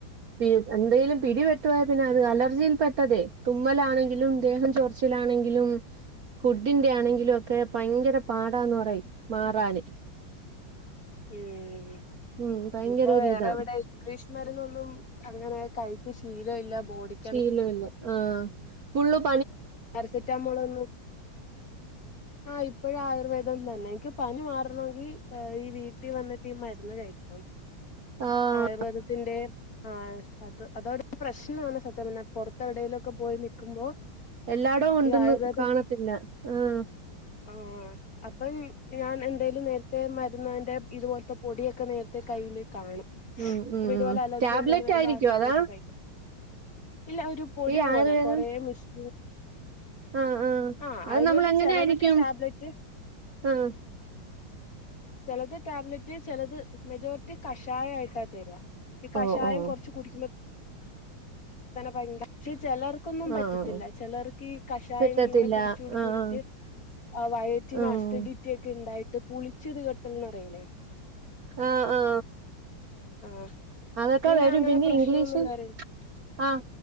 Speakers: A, on the right; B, on the left.
A: പി <unintelligible> എന്തേലും പിടിപെട്ടു പോയാ പിന്നെ അത് അലർജിയിൽ പെട്ടതേ തുമ്മലാണെങ്കിലും ദേഹം ചോറിച്ചിലാണെങ്കിലും ഫുഡിന്റെ ആണെങ്കിലും ഒക്കെ ഭയങ്കര പാടാന്ന് പറയും മാറാന്
B: ഉം
A: ഉം ഭയങ്കര
B: ഇനിപ്പോ
A: ഒരിതാ
B: വേറെവിടെ ഇംഗ്ലീഷ് മരുന്ന് ഒന്നും അങ്ങനെ കഴി ഇപ്പം ശീലം ഇല്ല ബോഡിക്ക്
A: ശീലമില്ല ആ ഫുള്ളയും
B: പാരസെറ്റാമോൾ ഒന്നും ആ ഇപ്പൊഴും ആയുർവേദം തന്നെ എനിക്ക് പനി മാറണമെങ്കി ഈ വീട്ടിൽ വന്നിട്ട് ഈ മരുന്ന് കഴിക്കണം
A: ആഹ്
B: ആയുർവേദത്തിന്റെ ആ അത് അതോട് പ്രശ്നമാണ് സത്യം പറഞ്ഞാ പുറത്തെ എവിടേലുമൊക്കെ പോയി നിക്കുമ്പോ
A: എല്ലാടോം ഉണ്ടെന്ന്
B: ഈ ആയുർവേദം
A: കാണത്തില്ല ആഹ്
B: ആഹ് അപ്പം ഞാൻ എന്തേലും നേരത്തെ മരുന്നാന്റെ ഇതുപോലത്തെ പൊടിയൊക്കെ നേരത്തെ കയ്യിൽ ഇ കാണും
A: ഉം ഉം
B: അപ്പൊ ഇതുപോലെ അലർജി
A: ടാബ്ലറ്റ്
B: എന്തേലും വരുമ്പോ
A: ആയിരിക്കോ
B: ആ സമയത്ത്
A: അതാ
B: കഴിക്കാം ഇല്ല ഒരു പൊടി
A: ഈ
B: പോലെ
A: ആയുർവേദം
B: കൊറേ മിസ്
A: ആഹ്
B: ആഹ് ആയുർവേദം
A: അത് നമ്മൾ എങ്ങനെ
B: ചിലതൊക്കെ
A: ആയിരിക്കും
B: ടാബ്ലറ്റ്
A: ആഹ്
B: ചിലത് ടാബ്ലറ്റ് ചിലത് മെജോറിറ്റി കഷായം ആയിട്ടാ തരാ ഈ കഷായം
A: ഓഹ് ഓഹ്
B: കുറച്ച് കുടിക്കുമ്പോ നലെ <inaudible> <unintelligible> ചിലർക്കൊന്നും പറ്റത്തില്ല
A: ആഹ്
B: ചിലർക്ക് ഈ കഷായം
A: കിട്ടത്തില്ല
B: ഇങ്ങനെ കുടിച്ച് കുടിച്ച്
A: ആഹ്
B: കുടിച്ച് വയറ്റിന്
A: ആഹ്
B: അസിഡിറ്റി ഒക്കെ ഉണ്ടായിട്ട് പുളിച്ച ഇത് കെട്ടന്നറയൂലേ
A: ആ ആ
B: ആ
A: അതൊക്കെ
B: എനിക്ക്
A: വരും
B: അങ്ങനെ
A: പിന്നെ
B: പ്രശ്നമൊന്നും
A: ഇംഗ്ലീഷ്
B: വര
A: ആ